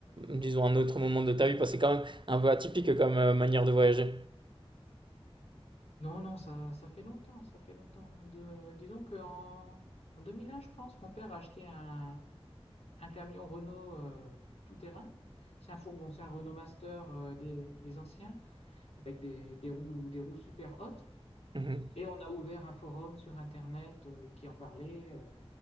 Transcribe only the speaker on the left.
Non, non, ça, ça fait longtemps, ça fait longtemps. De, disons qu'en en en 2001, je pense, mon père a acheté un, un camion Renault euh, tout-terrain. C'est un fourgon, c'est un Renault Master euh, des, des anciens, avec des, des roues, des roues super hautes.
Et on a ouvert un forum sur Internet euh, qui en parlait euh,